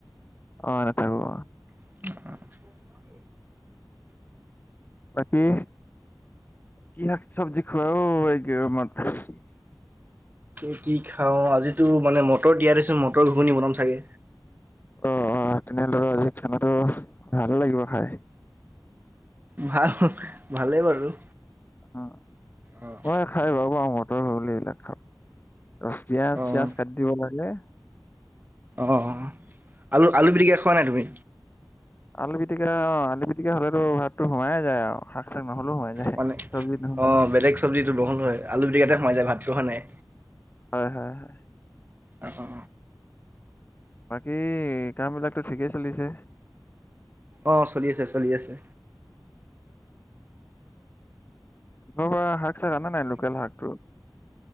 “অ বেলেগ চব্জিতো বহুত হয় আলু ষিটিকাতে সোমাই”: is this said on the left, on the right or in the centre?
Right